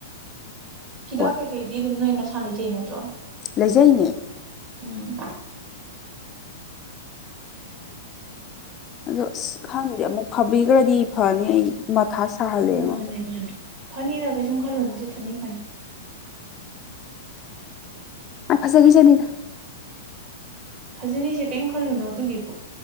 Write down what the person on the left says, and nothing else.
ꯍꯣꯏ
ꯂꯩꯖꯩꯅꯦ
ꯑꯗ ꯑꯁ ꯈꯪꯗꯦ ꯑꯃꯨꯛ ꯐꯕꯤꯈ꯭ꯔꯗꯤ ꯐꯅꯤ ꯑꯩ ꯃꯊꯥ ꯁꯥꯍꯜꯂꯦ ꯑꯩꯉꯣꯟꯗ
ꯑ ꯐ ꯆꯒꯤ ꯆꯅꯤꯗ